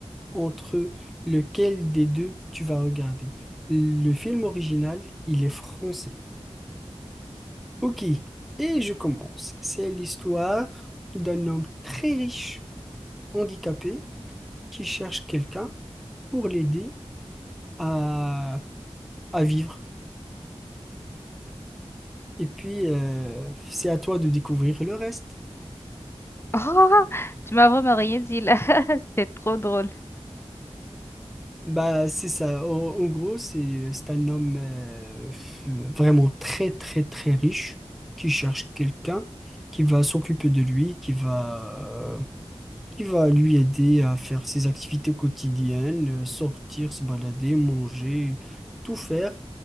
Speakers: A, in the centre; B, on the left (about 20°).
A: entre lequel des deux tu vas regarder. Le film original, il est français. Ok, et je commence. C'est l'histoire d'un homme très riche, handicapé qui cherche quelqu'un pour l'aider à, à vivre. Et puis, euh, c'est à toi de découvrir le reste.
B: Oh, tu m'as vraiment rien dit là. <laughs> C'est trop drôle.
A: Bah, c'est ça. En, en gros, c'est c'est un homme euh, f- vraiment très, très, très riche qui cherche quelqu'un qui va s'occuper de lui, qui va, euh, qui va lui aider à faire ses activités quotidiennes, euh, sortir, se balader, manger, tout faire.